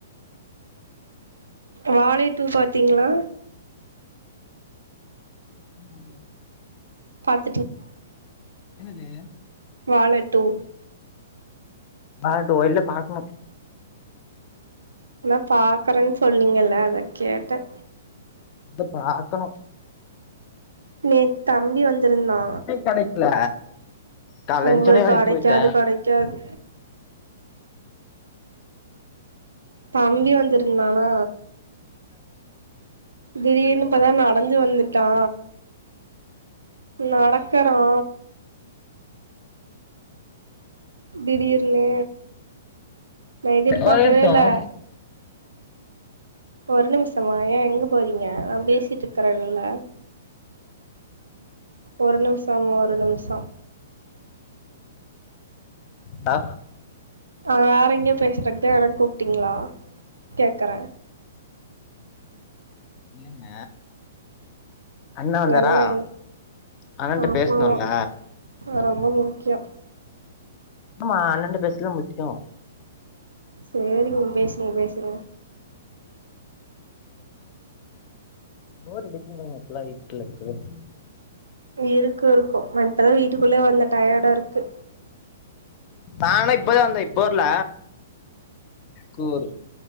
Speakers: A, on the right (about 80°); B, on the left (about 35°).
A: வாழை டூ பாத் திங்ளா
B: <unintelligible>
A: பாத்
B: என்னது
A: வாழ டூ
B: ஆகட்டூவா இல்ல பாக்குணு
A: இல்ல பாக்கறன் சொன்னீங்கல்ல அதா கேட்ட
B: து பாக்கணு
A: நேத்துதா அம்பி வந்துருந்தா
B: கிடைக்கல காலைல
A: ஒங்ளுக்
B: எழுந்துச்சோடனே வேலைக்கு
A: அடைக்காது
B: போயிட்டேன்
A: கடக்காது தம்பி வந்துருந்தானா திடீர்னு பதா நடந்து வந்துட்டா நடக்கறா திடீர்னு நா எதிர்பாக்கவேல்ல
B: ஒரு நிமிஷம்
A: ஒரு நிம்ஷமா ஏ எங்க போறீங்க நா பேசிட்ருக்கறன்ல்ல ஒரு நிம்ஷமா ஒரு நிம்ஷ
B: டா
A: அ வேறங்யோ பேசுறக்தா எனக் கூப்ட்டீங்ளா கேக்கற
B: இல்லங்க அண்ண வந்தாரா
A: என்னை
B: அண்ணன்ட்ட
A: ஆமாமா
B: பேஸ்ணுல்ல
A: ரொம்ப முக்யோ
B: அமா அண்ணன்ட்ட பேஸ்ல முக்யோ
A: சேரிங்க பேஸ்னி பேசுற
B: போர் அடிக்கிதுங்க இப்லா வீட்ல இர்க்கவே
A: இருக்கு இருக்கு நா இப்பதா வீட்டுக்குள்ளே வந்த டயடாருக்கு
B: தான இப்பதா வந்த இப்ப வர்ல கூரு